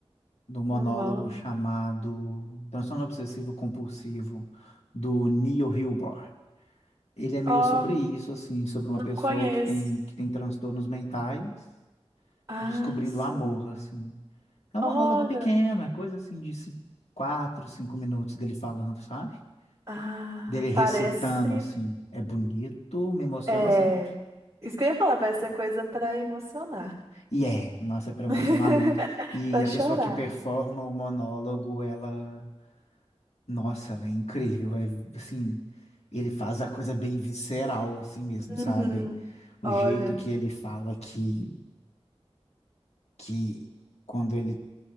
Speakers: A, on the left (about 80°); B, on the right (about 30°).
A: num monólogo
B: O nome.
A: chamado Transtorno Obsessivo Compulsivo, do Neil Hilborn. Ele é meio
B: Ó,
A: sobre isso, assim, sobre uma
B: não
A: pessoa
B: conheço.
A: que tem, que tem transtornos mentais,
B: Ah,
A: descobrindo
B: sim.
A: o amor, assim. É um
B: Olha.
A: monólogo pequeno, é coisa assim de ci- quatro, cinco minutos dele falando, sabe?
B: Ah,
A: Dele recitando
B: parece.
A: assim. É bonito, me emociona
B: É.
A: sempre.
B: Isso que eu ia falar, vai ser coisa pra emocionar.
A: E é, nossa, é para emocionar
B: <laughs>
A: muito. E
B: Pra
A: a
B: chorar.
A: pessoa que performa o monólogo, ela, nossa, ela é incrível. É assim, ele faz a coisa bem visceral, assim mesmo,
B: Uhum.
A: sabe? O
B: Olha.
A: jeito que ele fala que, que quando ele,